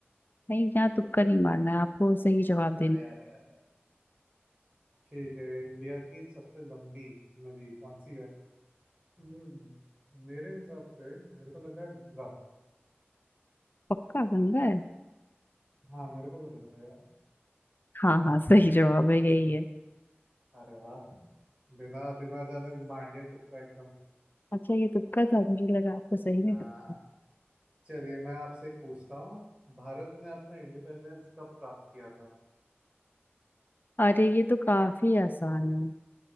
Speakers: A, on the left (about 50°); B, on the right (about 25°).
A: नहीं यहाँ तुक्का नहीं मारना है आपको सही जवाब देना
B: अरे अरे अरे अरे। ठीक है इंडिया की सबसे लंबी नदी कौन सी है हम्म मेरे हिसाब से मेरे को लग रहा है गंगा
A: पक्का गंगा है
B: हाँ मेरे को तो लग रहा है यार
A: हाँ हाँ सही जवाब है यही है
B: अरे वाह बिना बिना जाने मान लिया तुक्का एकदम
A: अच्छा ये तुक्का था मुझे लगा आपको सही में
B: हाँ
A: पता है।
B: चलिए मैं आपसे एक पूछता हूँ भारत ने अपना इंडिपेंडेंस कब प्राप्त किया था
A: अरे ये तो काफी आसान है